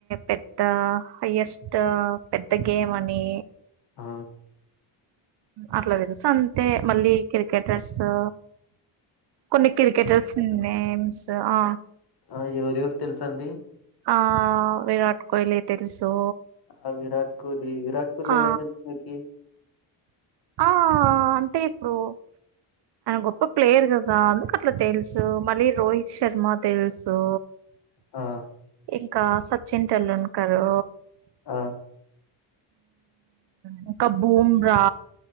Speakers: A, on the right; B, on the left.
A: పెద్ద హైయెస్ట్ పెద్ద గేమ్ అని
B: ఆ
A: అట్లాదేదు స అంతే మళ్ళీ క్రికెటర్స్ ఆ కొన్ని క్రికెటర్స్ నేమ్స్ ఆ
B: ఆ ఎవరెవరు తెలుస అండి
A: ఆ విరాట్ కోహ్లీ తెలుసు
B: ఆ విరాట్ కోహలీ అ విరాట్ కోహలీ
A: ఆ
B: ఎలా తెలిసుందికి
A: ఆ అంటే ఇప్పుడు గొప్ప ప్లయర్ కాబట్టి అట్లా తెలుసు మళ్ళీ రోహిత్ శర్మ తెలుసు
B: ఆ
A: ఇంకా సచిన్ టెండూల్కరు
B: ఆ
A: హ కా బూబ్రా